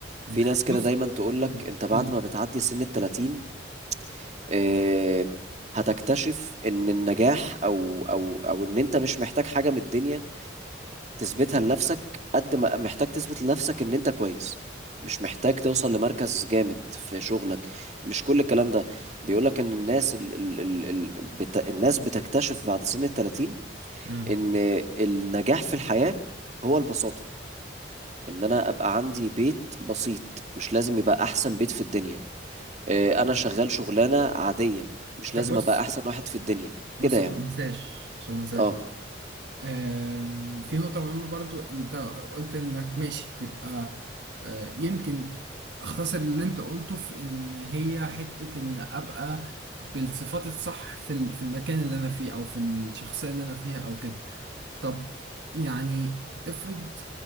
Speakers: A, on the right (about 65°); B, on the right (about 35°).
A: مم.
B: في ناس كده
A: بص
B: دايما تقولك
A: مم.
B: انت بعد
A: قول لي
B: ما بتعدي سن التلاتين آه، هتكتشف ان النجاح او او او ان انت مش محتاج حاجة من الدنيا تثبتها لنفسك قد ما محتاج تثبت لنفسك ان انت كويس مش محتاج توصل لمركز جامد في شغلك مش كل الكلام ده بيقولك ان الناس ال ال ال ال بت الناس بتكتشف بعد سن التلاتين
A: مم.
B: ان النجاح في الحياة هو البساطة ان انا ابقى عندي بيت بسيط مش لازم يبقى احسن بيت في الدنيا آه، انا شغال شغلانة عادية مش لازم
A: طب بص
B: ابقى احسن واحد في الدنيا
A: بص
B: كده يعني
A: عشان ما انساش عشان ما انساش
B: اه
A: آم، في نقطة مهمة برضو انت قلت انك ماشي تبقى آه، يمكن اختصر اللي انت قلته في ان هي حتة ان ابقى بالصفات الصح في ال- في المكان اللي انا فيه او في الشخصية اللي انا فيها او كده طب يعني افرض